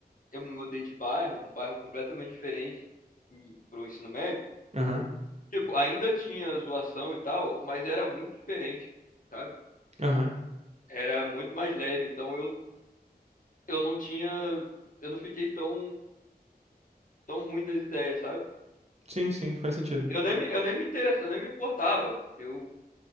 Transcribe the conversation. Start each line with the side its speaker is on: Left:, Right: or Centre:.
Left: Eu me mudei de bairro, um bairro completamente diferente e- pro ensino médio.
Right: Aham,
Left: Tipo, ainda tinha zoação e tal, mas era muito diferente, sabe?
Right: aham.
Left: Era muito mais leve, então eu, eu não tinha, eu não fiquei tão, tão ruim das ideias, sabe?
Right: Sim, sim, faz sentido.
Left: Eu nem me, eu nem me interessava, nem me importava. Eu,